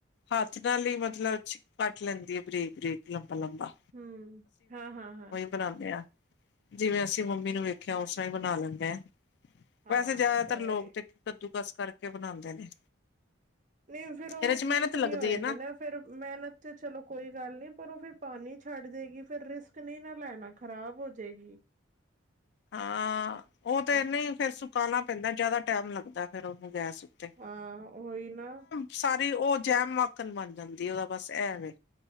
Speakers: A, on the left; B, on the right.
A: ਹੱਥ ਨਾਲ ਹੀ ਮਤਲਬ ਕੱਟ ਲੈਂਦੀ ਆ, ਬਰੀਕ- ਬਰੀਕ ਲੰਬਾ - ਲੰਬਾ।
B: ਹੰਮ, ਹਾਂ ਹਾਂ ਹਾਂ।
A: ਬਣਾਦੇ ਆ ਜਿਵੇਂ ਅਸੀਂ ਮੰਮੀ
B: ਅੱਛਾ
A: ਨੂੰ ਵੇਖਿਆ,
B: ਅੱਛਾ
A: ਉਸ ਰਾ ਹੀ ਬਣਾ ਲੈਦੇ ਆ। ਵੈਸੇ
B: ਹਾਂ
A: ਜ਼ਿਆਦਾਤਰ
B: ਉਹ ਹੈ
A: ਲੋਕ ਤੇ, ਕੱਦੂਕਸ ਕਰਕੇ ਬਣਾਦੇ ਨੇ।
B: ਨਹੀਂ ਫੇਰ ਉਹ
A: ਇਹਦੇ ਚ
B: ਠੀਕ
A: ਮਿਹਨਤ
B: ਨੀ, ਠੀਕ
A: ਲੱਗਦੀ
B: ਨੀ ਹੋਏਦੇ
A: ਹੈ
B: ਨਾ। ਫਿਰ ਮਿਹਨਤ ਚਲੋ ਕੋਈ ਗੱਲ ਨੀ, ਪਰ ਉਹ ਫਿਰ ਪਾਣੀ ਛੱਡ ਜੇ ਗੀ ਫਿਰ ਰਿਸਕ ਨੀ ਨ ਲੈਣਾ। ਖ਼ਰਾਬ ਹੋ ਜਾਏਗੀ।
A: ਹਾਂ ਉਹ ਤੇ ਨੀ ਫਿਰ ਸੁਕਾਣਾ ਪੈਂਦਾ, ਜਿਆਦਾ ਟੈਮ ਲੱਗਦਾ ਫਿਰ ਉਹਨੂੰ ਗੈਸ ਉੱਤੇ।
B: ਹਾਂ ਹੋਈ ਨਾ।
A: ਸਾਰੀ ਉਹ ਜੈਮ ਅਕ। ਮੱਖਣ ਬਣ ਜਾਂਦੀ ਉਹਦਾ ਬਸ ਐ ਵੇ,